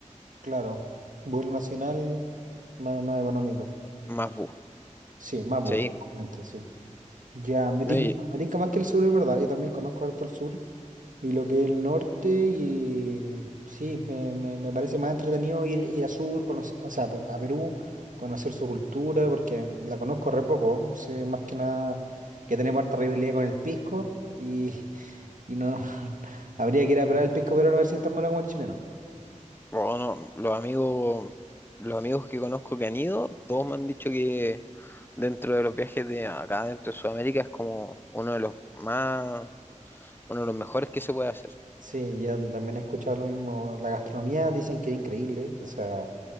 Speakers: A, on the right; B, on the left.
A: claro. Vuelo nacional, más, más económico.
B: Más bus.
A: Sí, Mapu,
B: Sí.
A: obviamente, sí. Ya, me tinca,
B: No, y,
A: me tinca más que el sur, en verdad. Yo también conozco harto el sur y lo que es el norte y sí, me, me- me parece más entretenido ir, ir a sur, conocer, o sea, a Per- a Perú, conocer su cultura, porque la conozco re poco. Sé más que nada que tenemos harta rivalidad con el pisco y, y no, <laughs> habría que ir a probar el pisco peruano a ver si es tan bueno como el chileno.
B: bueno, los amigos, los amigos que conozco que han ido, todos me han dicho que dentro de los viajes de acá dentro de Sudamérica es como uno de los más, uno de los mejores que se puede hacer.
A: Sí, yo también he escuchado lo mismo. La gastronomía dicen que es increíble, o sea,